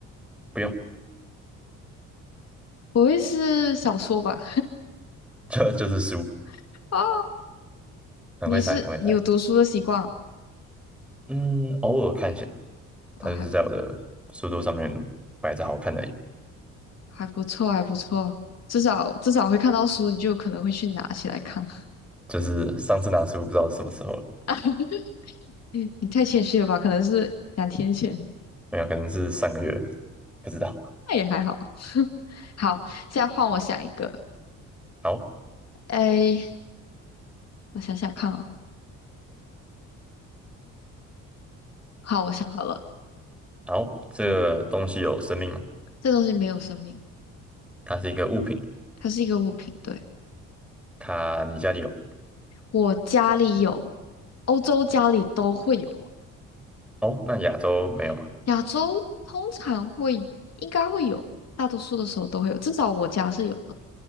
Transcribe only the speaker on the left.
不会是小说吧？
<laughs> 啊。
你是你有读书的习惯啊？
啊还
还不错，还不错，至少至少会看到书，你就有可能会去拿起来看。
<laughs> 你你太谦虚了吧？可能是两天前，
那也还好。<laughs> 好，现在换我想一个。
哎，我想想看哦。好，我想好了，
这东西没有生命，
它是一个物品。对，
我家里有，欧洲家里都会有，
<laughs> 亚洲通常会应该会有，大多数的时候都会有，至少我家是有的。